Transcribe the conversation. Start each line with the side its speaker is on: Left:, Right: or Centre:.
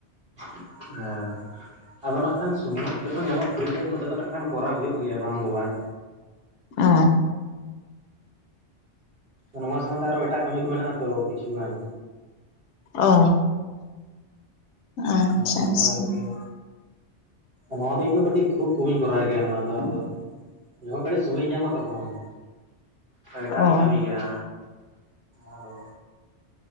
Right: ᱦᱮᱸ ᱟᱫᱚ ᱱᱟᱜ ᱠᱷᱟᱱ ᱥᱚᱢᱚᱭ ᱡᱚᱠᱷᱚᱱ ᱧᱟᱢᱚᱜ ᱯᱷᱨᱤ ᱴᱟᱭᱤᱢ ᱱᱚᱸᱰᱮ ᱫᱚ ᱱᱟᱜ ᱠᱷᱟᱱ ᱠᱚᱨᱟᱣ ᱦᱩᱭᱩᱜ ᱜᱮᱭᱟ ᱵᱟᱝ ᱫᱚ ᱵᱟᱝ
Left: ᱚᱻ
Right: ᱱᱚᱣᱟ ᱥᱟᱶᱛᱮ ᱟᱨᱚ ᱮᱴᱟᱜ ᱠᱟᱹᱢᱤ ᱠᱚ ᱢᱮᱱᱟᱜ ᱟᱛᱚ ᱠᱤᱪᱷᱩ ᱜᱟᱱ᱾
Left: ᱚ ᱟᱪᱪᱷᱟ
Right: ᱚᱱᱟ ᱠᱚ
Left: ᱟᱪᱷᱟ᱾
Right: ᱠᱚᱨᱟᱣ ᱦᱩᱭᱩᱜ ᱜᱮᱭᱟ ᱱᱚᱣᱟ ᱫᱚ ᱤᱧ ᱫᱚ ᱠᱟᱹᱴᱤᱡ ᱠᱷᱩᱵ ᱠᱚᱢᱤᱧ ᱠᱚᱨᱟᱣ ᱜᱮᱭᱟ ᱱᱚᱣᱟ ᱫᱚ ᱟᱫᱚ᱾ ᱡᱚᱦᱚ ᱠᱟᱹᱴᱤᱡ ᱥᱩᱢᱚᱭᱤᱧ ᱧᱟᱢᱟ ᱛᱚᱠᱷᱚᱱ ᱮᱴᱟᱜ
Left: ᱚ
Right: ᱤᱧ ᱠᱟᱹᱢᱤ ᱜᱮᱮᱭᱟ᱾ ᱟ ᱫᱚᱼᱼ